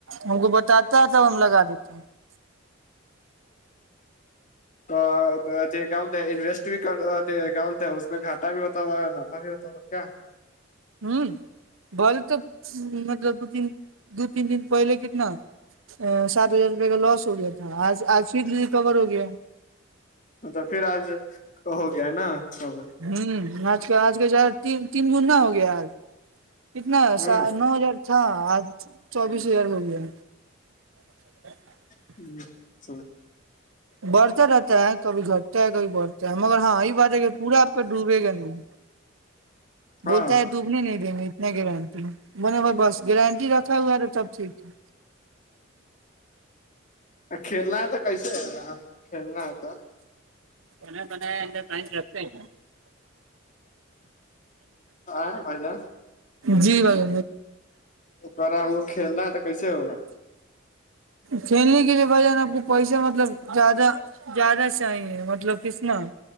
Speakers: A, on the right; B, on the left.
A: ہم کو بتاتا تھا لگا دیتے ہیں <unintelligible>
B: اورک <unintelligible> گول ہے انویسٹ بھی کر اس میں کھاتا بھی ہو نفا بھی ہوتا کیا
A: ہوں بولے تو مطلب دو تین دو تین دن پہلے کتنا سات ہزار روپئے کا لاس ہو گیا تھا آج آج پھر ریکور ہو گیا
B: مطب پھر آج ہو گیا ہے نا سب
A: ہوں آج کا آج کا چار تین گننا ہو گیا آج کتناا
B: ہوں
A: نو ہزار تھا آج چوبیس ہزار ہو گیا ا <inaudible>
B: ہچھا
A: بڑھتا رہتا ہے کبھی گھٹتا ہے کبھی بڑھتا ہے مگر ہاں یہی بات ہے کہ پورا آپ کا ڈوبے گا نہیں
B: ہاں
A: بولتا ہے تووپنے نہیں دیں گے اتنا گارنٹی میں نے بھائی بس گارنٹی رکھا ہوا تو تب ٹھیک ہے
B: ہ کھیلنا ہے تو کیسے ہے کھیلنا ہے تو
A: تونے تونے اندر سائ رستے ہے
B: آ بھائی جان
A: جی بھائی
B: وہ کرا ہم کو کھیلا تو کیسے ہوگ گا
A: کھیلنے کے لیے بھائی جان آپ کو پیسے مطلب زیادہ زیادہ سے چاہیے مطلب کسنا